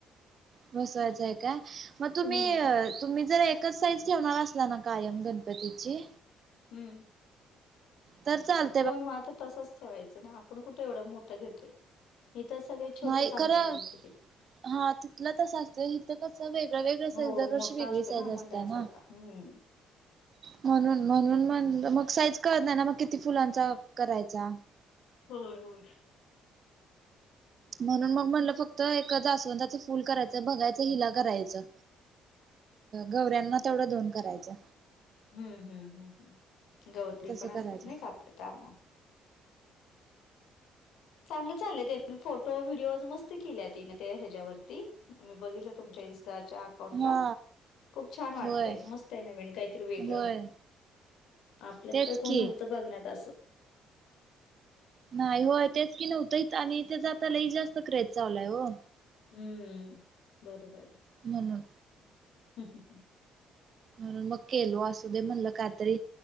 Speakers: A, on the right; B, on the left.
A: बसवायचंय का मग तुम्ही
B: हं,
A: तुम्ही जर एक <inaudible> ठेवणार असला ना कायम गणपतीची.
B: हम्म.
A: तर चाल-
B: हो मग आता तसंच ठेवायचं ना आपण कुठे एवढं मोठा घेतोय. इथे सगळे छोटे
A: नाही
B: च आणतात
A: खरं
B: गणपती.
A: हा तिथलं तस असतं इथे कस वेगळ वेगळ साईज
B: हो
A: दरवर्षी
B: मोठा
A: वेगळी
B: असतो
A: साईज
B: ना
A: असते
B: मंडळासारखा
A: ना.
B: हम्म.
A: म्हणून म्हणून म्हण मग साईज कळत नाही ना मग किती फुलांचा करायचा.
B: होय होय
A: म्हणून मग म्हणलं फक्त एक जास्वंदाच फुल करायचं बघायचं हिला करायचं. गौऱ्यांना तेवढं दोन करायचं.
B: हम्म हम्म हम्म गौरी
A: तसं
B: पण असतात
A: करायचं
B: नाही का आपलं त्यामुळे. चांगलं चाललंय त्या फोटो व्हिडिओज मस्त केल्या तिने त्या ह्याच्यावरती. मी बघितलं तुमच्या इन्स्टाच्या - अकाउंट ला
A: हा
B: खूप छान वाटतय
A: होय
B: मस्त आहे नवीन काहीतरी वेगळं.
A: होय
B: आपल्यात
A: तेच
B: तर कोण
A: की
B: नव्हतं बघण्यात असं.
A: नाही होय तेच की नव्हतं इथ आणि त्याचं आता लय जास्त क्रेझ चालू या वो
B: हम्म बरोबर ये
A: म्हणून
B: <inaudible>
A: म्हणून मग केलो असू दे म्हणलं काहीतरी